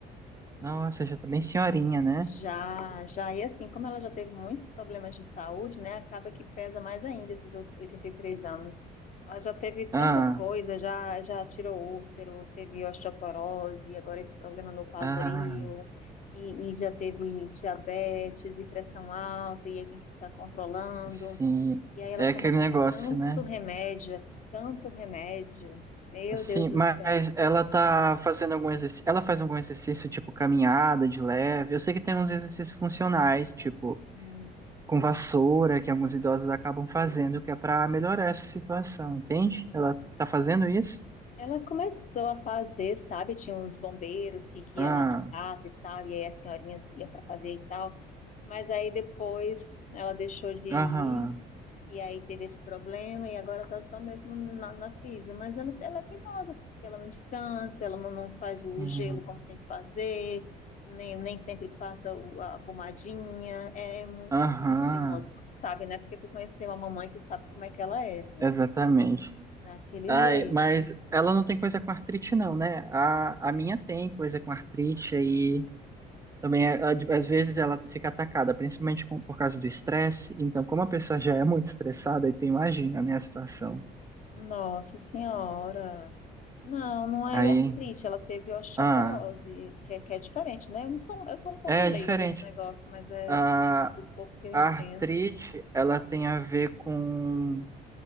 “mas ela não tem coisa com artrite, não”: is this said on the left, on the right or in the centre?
Right